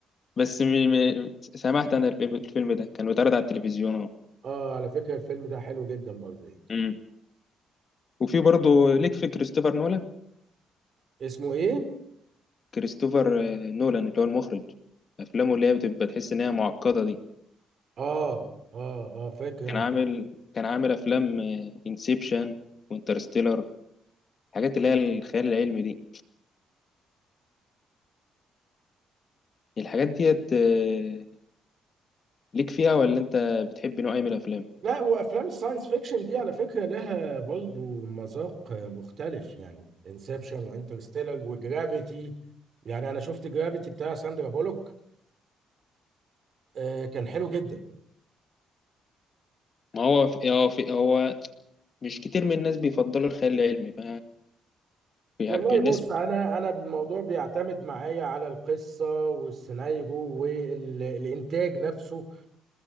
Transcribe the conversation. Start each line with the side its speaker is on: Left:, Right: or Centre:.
Left: بس م... م... سمعت انا الفيلم الفيلم ده كان بيتعرض على التلفزيون اه
Right: اه على فكرة الفيلم ده حلو جدا برضه يعني
Left: أمم. وفي برضه ليك في كريستوفر نولان
Right: اسمه ايه؟
Left: كريستوفر آه، نولان اللي هو المخرج افلامه اللي هي بتبقى تحس ان هي معقده دي
Right: اه اه اه فاكر
Left: كان
Right: انا
Left: عامل كان عامل افلام انسبشن وانترستيلر الحاجات اللي هي الخيال العلمي دي الحاجات ديت آه، ليك فيها ولا انت بتحب نوع ايه من الافلام
Right: لا وافلام الساينس فيكشن دي على فكره لها برضه مذاق مختلف يعني انسبشن وانترستيلر وجرافيتي يعني انا شفت جرافيتي بتاع ساندرا بولوك آه كان حلو جدا
Left: ما هو في هو في هو مش كتير من الناس بيفضلوا الخيال العلمي ف بي-
Right: والله
Left: بي- الناس
Right: <laughs> بص انا انا الموضوع بيعتمد معايا على القصه والسيناريو والانتاج نفسه